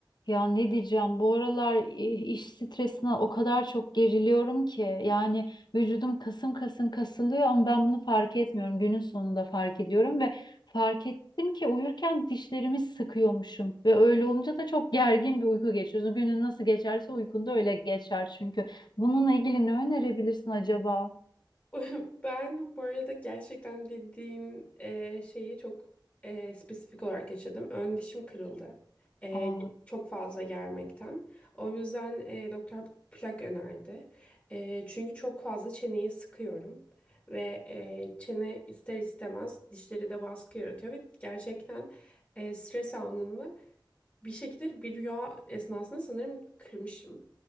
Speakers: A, on the left; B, on the left.
A: Ya ne diyeceğim bu aralar i- iş stresine o kadar çok geriliyorum ki yani vücudum kasım kasım kasılıyor ama ben bunu fark etmiyorum. Günün sonunda fark ediyorum ve fark ettim ki uyurken dişlerimi sıkıyormuşum ve öyle olunca da çok gergin bir uyku geçiyorsun. Günün nasıl geçerse uykun da öyle geçer çünkü. Bununla ilgili ne önerebilirsin acaba?
B: <laughs> Ben bu arada gerçekten dediğin e, şeyi çok e, spesifik olarak yaşadım. Ön dişim kırıldı. E,
A: Aa.
B: çok fazla germekten. O yüzden e, doktor plak önerdi. E, çünkü çok fazla çeneyi sıkıyorum. Ve e, çene ister istemez dişleri de baskı yaratıyor. Ve gerçekten e, stres anında bir şekilde bir rüya esnasında sanırım kırmışım.